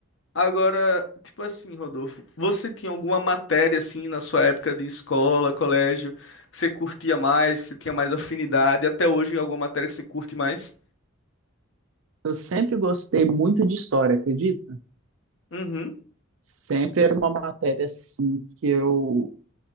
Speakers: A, on the left; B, on the right.
A: Agora, tipo assim, Rodolfo, você tinha alguma matéria assim na sua época de escola, colégio, que você curtia mais, que você tinha mais afinidade, até hoje alguma matéria que você curte mais?
B: Eu sempre gostei muito de história, acredita?
A: Uhum,
B: Sempre era uma matéria assim que eu